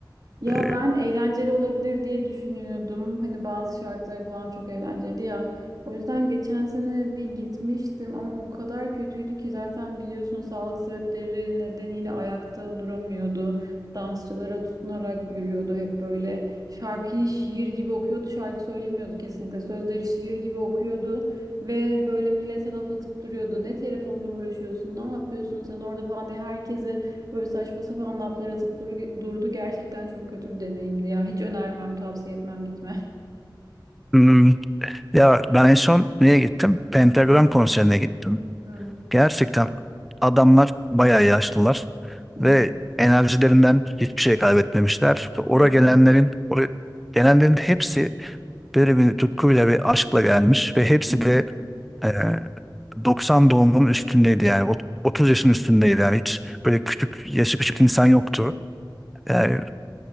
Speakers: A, on the right; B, in the centre.
A: Ya
B: e,
A: ben eğlenceli olabilir diye düşünüyordum. Hani bazı şarkıları falan çok eğlenceli ya. O yüzden geçen sene bir gitmiştim ama o kadar kötüydü ki zaten biliyorsun sağlık sebepleri nedeniyle ayakta duramıyordu. Dansçılara tutunarak yürüyordu hep böyle. Şarkıyı şiir gibi okuyordu, şarkı söylemiyordu kesinlikle. Sözleri şiir gibi okuyordu ve böyle millete laf atıp duruyordu. Ne telefonla uğraşıyorsun, ne yapıyorsun sen orada falan diye herkese Böyle saçma sapan laflar atıp duru- durdu. Gerçekten çok kötü bir deneyimdi ya. Hiç önermem, tavsiye etmem gitme.
B: hmm, ya ben en son neye gittim? Pentagram konserine gittim.
A: Hı.
B: Gerçekten adamlar bayağı yaşlılar
A: Hı hı.
B: ve enerjilerinden hiçbir şey kaybetmemişler. Oraya
A: Hı hı.
B: gelenlerin, oraya gelenlerin hepsi böyle bir tutkuyla ve aşkla gelmiş ve hepsi
A: Hı.
B: de e, 90 doğumunun üstündeydi yani. Ot- 30 yaşın üstündeydi yani. Hiç böyle küçük, yaşı küçük insan yoktu. Yani,